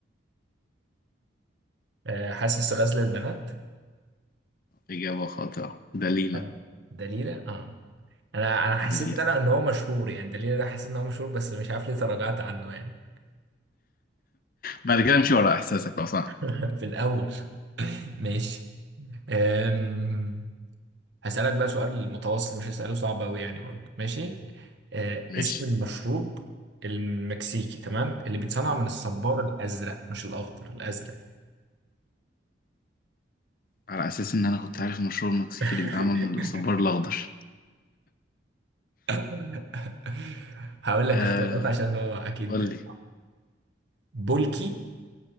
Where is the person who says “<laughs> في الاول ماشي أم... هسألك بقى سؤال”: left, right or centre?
Right